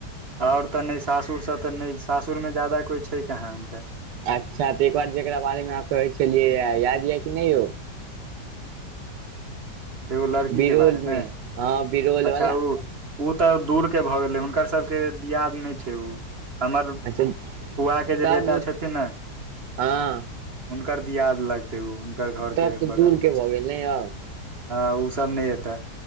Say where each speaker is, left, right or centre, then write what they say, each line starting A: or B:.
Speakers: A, on the right; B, on the right.
A: आओर तऽ नहि सासुर से तऽ नहि सासुरमे ज्यादा कोइ छै कहाँ हुनकर
B: अच्छा तऽ एक बार जकरा बारेमे अहाँ कहै छलियै याद यऽ कि नहि यौ
A: एगो लड़की
B: बिरौलमे
A: के बारेमे
B: हँ बिरौल
A: अच्छा
B: वला
A: ओ ओ तऽ दूर के भऽ गेलै हुनकर सबके दियाद नहि छै उ हमर
B: अच्छा
A: फुआ के जे
B: तब
A: बेटा छथिन ने
B: हँ
A: ओकर दियाद लगते उ हुनकर घर
B: तब
A: के
B: तऽ
A: बगलमे
B: दूरके
A: छै
B: भऽ गेल ने यौ
A: हँ ओ सब नहि एतै